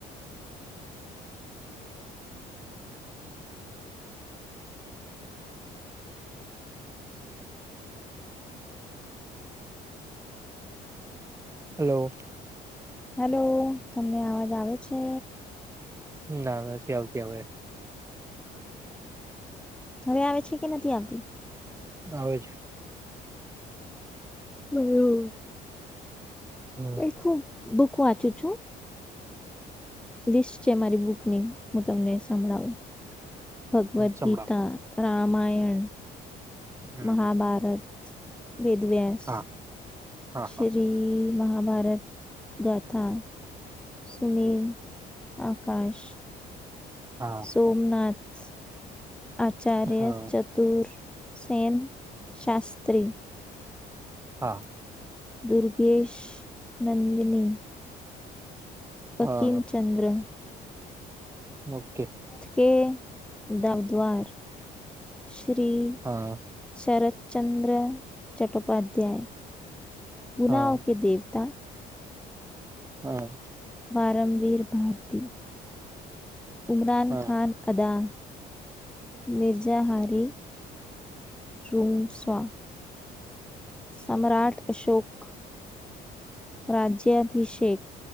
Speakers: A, on the right (about 15°); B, in the centre.
A: હલો.
B: હેલો, તમને અવાજ આવે છે?
A: ના ના નથી આવતી, હવે.
B: હવે આવે છે, કે નથી આવતી?
A: આવે છે.
B: <unintelligible>
A: હમ
B: એ ખૂબ બુક વાંચું છું. લિસ્ટ છે મારી બુક ની, હું તમને સંભળાવું. ભગવદ્
A: સંભળાવ
B: ગીતા. રામાયણ.
A: હમ
B: મહાભારત, વેદવ્યાસ
A: હા હા
B: શ્રી
A: હા
B: મહાભારત ગાથા સુનીમ આકાશ
A: હા
B: સોમનાથ આચાર્ય
A: હા
B: ચતુર શેન શાસ્ત્રી
A: હા.
B: દુર્ગેશ, નંદિની વકીમચંદ્ર
A: હા હા ઓકે.
B: કે દવદ્વાર શ્રી
A: હા
B: શરત ચંદ્ર ચટ્ટોપાધ્યાય ગુનાઓ
A: હા
B: કે દેવતા
A: હા.
B: વારમવીર ભારતી ઉમરન
A: હા
B: ખાન અદા મિર્ઝા હારી રૂમસ્વ સમ્રાટ અશોક, રાજ્યાભિષેક,